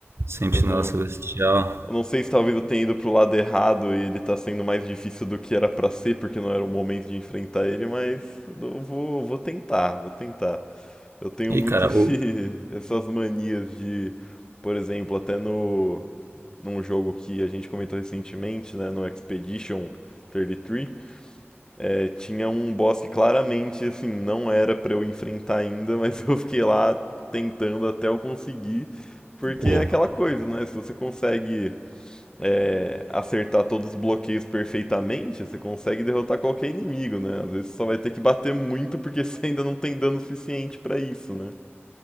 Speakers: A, on the right; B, on the left.
A: Sentinela
B: Eu não,
A: Celestial.
B: eu não sei se talvez eu tenha ido pro lado errado e ele tá sendo mais difícil do que era pra ser, porque não era o momento de enfrentar ele, mas eu vou, eu vou tentar, vou tentar. Eu tenho
A: Ei,
B: muito
A: cara,
B: esse,
A: o.
B: <laughs> essas manias de, por exemplo, até no, num jogo que a gente comentou recentemente, né, no Expedition 33, É, tinha um boss que claramente, assim, não era pra eu enfrentar ainda, mas <laughs> eu fiquei lá tentando até eu conseguir, porque
A: o-
B: é aquela coisa, né? Se você consegue, é, acertar todos os bloqueios perfeitamente, você consegue derrotar qualquer inimigo, né? Às vezes você só vai ter que bater muito porque <laughs> você ainda não tem dano suficiente pra isso, né?